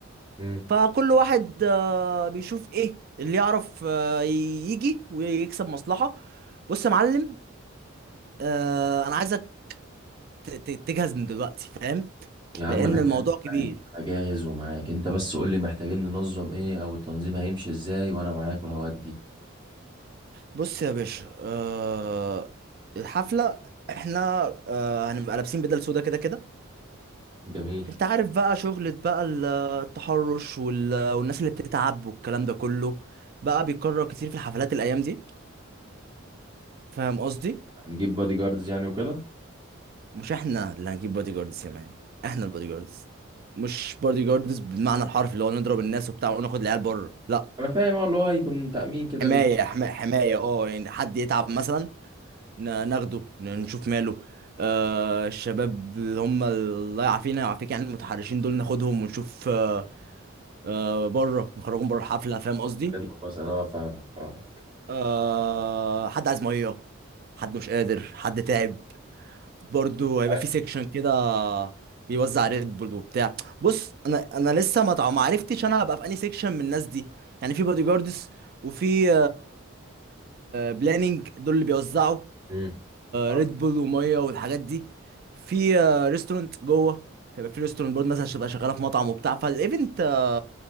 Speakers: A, on the right (about 20°); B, on the right (about 45°).
A: مم.
B: فكل واحد آه، بيشوف ايه اللي يعرف آه، يجي ويكسب مصلحه بص يا معلم آه، انا عايزك ت- ت- تجهز من دلوقتي فاهم
A: يا عم
B: لان
A: أنا جاهز
B: الموضوع كبير
A: معاك أنا جاهز ومعاك أنت بس قول لي محتاجين ننظم إيه أو التنظيم هيمشي إزاي وأنا معاك وهودي
B: بص يا باشا آه الحفله احنا آه هنبقى لابسين بدل سودا كده كده
A: جميل
B: انت عارف بقى شغلة بقى ال- التحرش وال... والناس اللي بتتعب والكلام ده كله بقى بيتكرر كتير في الحفلات الايام دي فاهم قصدي
A: هنجيب بادي جاردز يعني وكده
B: مش احنا اللي هنجيب بادي جاردز يا مان احنا البادي جاردز مش بادي جاردز بالمعنى الحرفي اللي هو نضرب الناس وبتاع وناخد العيال بره لا
A: أنا فاهم أه اللي هو يكون تأمين كده
B: حمايه حما- حمايه اه يعني حد يتعب مثلا ن- ناخده ن- نشوف ماله آه الشباب اللي هم الله يعافينا يعافيك يعني المتحرشين دول ناخدهم ونشوف آه آه بره نخرجهم بره الحفله فاهم قصدي
A: لمه مثلا اه فاهمك فاهمك
B: آه حد عايز ميه حد مش قادر حد تعب برضو هيبقى
A: أيوة.
B: في سيكشن كده بيوزع ريد بول وبتاع بص انا انا لسه ما تع- ما عرفتش انا هبقى في انهي سيكشن من الناس دي يعني في بادي جاردز وفي بلاننج دول اللي بيوزعوا
A: امم فاهمك.
B: ريد بول وميه والحاجات دي في آه، ريستورانت جوه هيبقى في ريستورانت برضه الناس هتبقى شغاله في مطعم وبتاع فالايفنت آه،